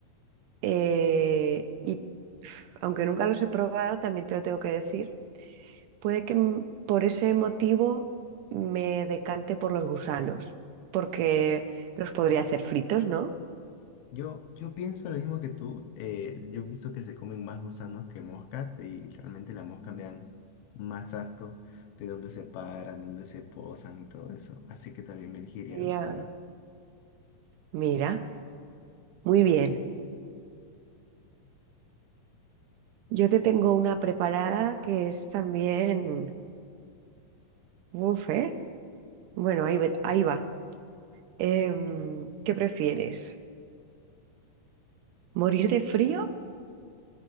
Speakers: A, on the right; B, on the left.
A: eh, y aunque nunca los he probado, también te lo tengo que decir, puede que m- por ese motivo me decante por los gusanos, porque los podría hacer fritos, ¿no?
B: Yo, yo pienso lo mismo que tú. eh, yo he visto que se comen más gusanos que moscas y realmente las moscas me dan más asco de dónde se paran, dónde se posan y todo eso. Así que también me elegiría
A: Ya.
B: el gusano.
A: Mira, muy bien. Yo te tengo una preparada que es también... Uf, ¿eh? Bueno, ahí, ve- ahí va. Em, ¿qué prefieres? ¿Morir de frío